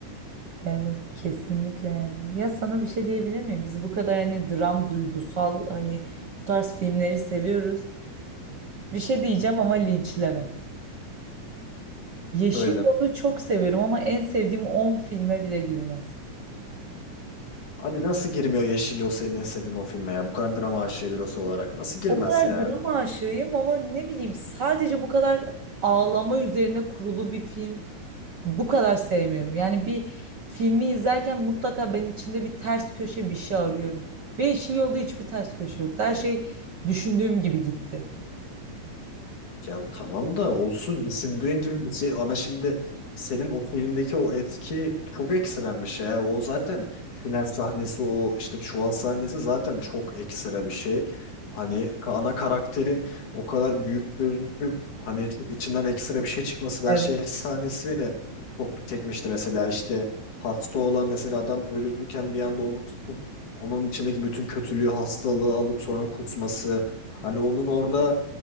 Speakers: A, on the right; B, on the left.
A: Evet kesinlikle yani. Ya sana bir şey diyebilir miyim? Biz bu kadar hani dram duygusal hani bu tarz filmleri seviyoruz. Bir şey diyeceğim ama linçleme. Yeşil
B: böyle
A: Yol'u çok seviyorum ama en sevdiğim 10 filme bile girmez.
B: abi nasıl girmiyor Yeşil Yol senin en sevdiğin o filme ya bu kadar drama aşığı birisi olarak nasıl girmez
A: O kadar
B: ya
A: drama aşığıyım ama ne bileyim sadece bu kadar ağlama üzerine kurulu bir film bu kadar sevmiyorum. Yani bir filmi izlerken mutlaka ben içinde bir ters köşe bir şey arıyorum. Ve Yeşil Yolda hiçbir ters köşe yoktu. Her şey düşündüğüm gibi gitti.
B: Ya tamam da olsun düşündüğün gibi bir şey ama şimdi senin o filmdeki o etki çok ekstrem bir şey. ya. O zaten final sahnesi o işte çuval sahnesi zaten çok ekstra bir şey. Hani ana karakterin o kadar büyük gözüküp hani çok içinden ekstra bir şey çıkması ben
A: Evet.
B: şey sahnesi beni çok çekmişti mesela işte hasta olan mesela adam ölürken bir anda onu tutup onun içindeki bütün kötülüğü hastalığı alıp sonra kusması. Hani onun orada